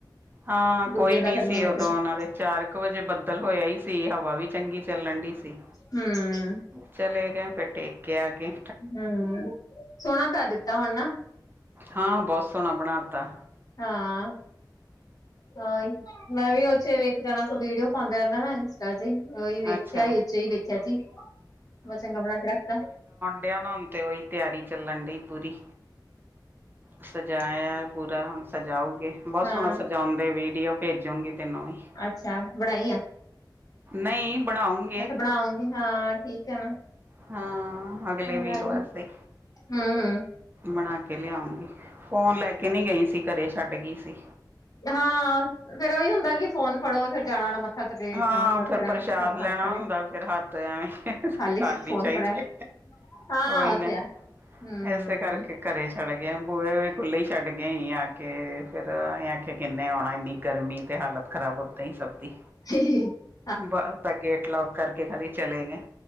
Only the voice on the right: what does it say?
ਹਾਂ
ਕੋਈ
ਨਹੀਂ
ਸੀ
ਉਦੋਂ ਨਾਲੇ ਚਾਰ ਕੁ ਵਜੇ ਬੱਦਲ ਹੋਇਆ ਹੀ ਸੀ, ਹਵਾ ਵੀ ਚੰਗੀ ਚੱਲਣ ਡੀ ਸੀ।
ਚਲੇ ਗਏ ਫੇਰ ਟੇਕ ਕੇ ਆਗੇ।
ਹਾਂ, ਬਹੁਤ ਸੋਹਣਾ ਬਣਾ ਤਾਂ।
ਅੱਛਾ
ਕਿਆ ਹੁਣ ਤੇ ਉਹੀ ਤਿਆਰੀ ਚੱਲਣ ਡਈ ਪੂਰੀ। ਸਜਾਇਆ ਪੂਰਾ, ਹੁਣ ਸਜਾਓਗੇ, ਬਹੁਤ
ਸੋਹਣਾ ਸਜਾਉਂਦੇ। ਵੀਡੀਓ ਭੇਜੋਂਗੀ ਤੈਨੂੰ ਵੀ।
ਨਹੀਂ ਬਣਾਉਂਗੇ
ਹਾਂ ਅਗਲੇ ਵੀਰਵਾਰ ਸਹੀ ਬਣਾ ਕੇ ਲਿਆਉਗੀ, ਫੋਨ ਲੈ ਕੇ ਨਹੀਂ ਗਈ ਸੀ। ਘਰੇ ਛੱਡ ਗਈ ਸੀ।
ਹਾਂ
ਪ੍ਰਸ਼ਾਦ
ਲੈਣਾ
ਹੁੰਦਾ ਫਿਰ ਹੱਥ ਐਵੇਂ
ਚਾਹੀਦੇ
ਉਹੀ
ਨਾ
ਇਸੇ ਕਰਕੇ ਘਰੇ ਛੱਡ ਗਏ ਬੂਹੇ ਖੁੱਲ੍ਹੇ ਵੀ ਛੱਡ ਕੇ ਆਈ ਆ ਕੇ, ਫਿਰ ਅਸੀਂ ਆਖਿਆ ਕਿੰਨੇ ਆਉਣਾ ਇੰਨੀ ਗਰਮੀ ਤੇ ਹਾਲਤ ਖਰਾਬ ਓਦਾਂ ਹੀ ਸਭ ਦੀ।
ਬ ਤਾਂ ਗੇਟ ਲੋਕ ਕਰਕੇ ਕਦੇ ਚਲੇ ਗਏ।